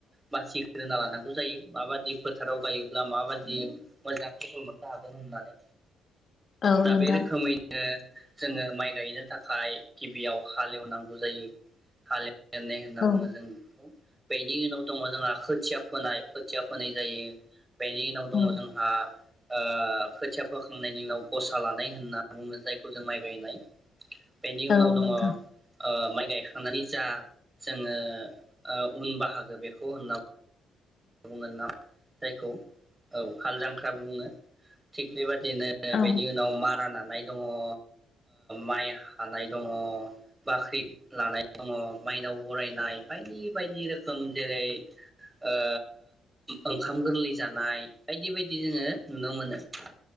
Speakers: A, on the right; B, on the left.
A: बासि ग्रोना लानांगौ जायो माबादि फोथाराव गायोब्ला माबादि मोजां फसल मोननो हागोन होननानै।
B: औ
A: दा
B: नोंथां
A: बे रोखोमैनो जोङो माइ गायनो थाखाय गिबियाव हालेवनांगौ जायो हालेव जेननाय होनना
B: औ
A: बुङो जों बेखौ। बेनि उनाव दङ जोंहा खोथिया फोनाय खोथिया फोनाय जायो। बेनि उनाव दङ
B: औ
A: जोंहा ओ खोथिया फोखांनायनि उनाव गसा लानाय होनना बुङो जायखौ जों माइ गायनाय। बेनि उनाव
B: औ
A: दङ
B: नोंथां
A: ओ माइ गायखांनानै जा जोङो ओ उन बाहागो बेखौ <unintelligible> बुंगोन नाम जायखौ औ हाल जांख्राबो बुङो। थिग बेबादि दिनो
B: औ
A: बेनि उनाव मारा ना नाय दङ ओ माइ हानाय दङ' बाख्रि लानाय दङ मायनाव बरायनाय बायदि बायदि रोखोम जेरै ओ ओ ओंखाम गोरलै जानाय बायदि बायदि जोङो नुनो मोनो। <unintelligible>